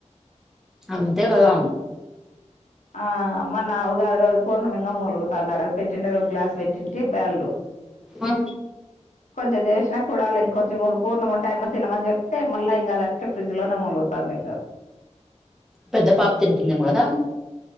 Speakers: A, in the centre; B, on the left.
A: అంతే కదా
B: ఆ మన ఉగాది రోజు పూర్ణమింగా మూలుగుతుంది ఆడ పెట్టిన ఒక గ్లాస్ పెట్టింటి భయ్యాలు
A: ఆ
B: కొంచెం చేసినా కూడాలు ఇంకా కంచెం మూడు పూర్ణం ఉంటాయమ్మ తినమని చెప్తే మళ్ళా ఇంకాఅది అట్నే ఫ్రిజ్ లోనే మొలుగుతుంది ఇంకా
A: పెద్ద పాప తింటుంది ఏమో కదా